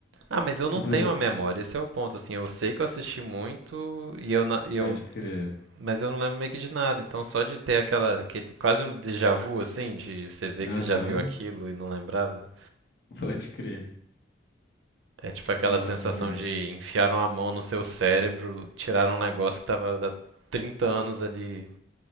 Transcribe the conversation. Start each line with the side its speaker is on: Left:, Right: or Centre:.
Right: Ah, mas eu
Left: Tipo,
Right: não tenho a memória, esse é o ponto, assim, eu sei que eu assisti muito e eu, na- e
Left: Pode
Right: eu
Left: crer.
Right: Mas eu não lembro meio que de nada, então só de ter aquela, aquele, quase um déjà vu, assim, de você ver
Left: Aham,
Right: que você já viu aquilo e não lembrava.
Left: <laughs> Pode crer.
Right: É tipo aquela
Left: Não,
Right: sensação
Left: realmente.
Right: de enfiaram a mão no seu cérebro, tiraram um negócio que tava há 30 anos ali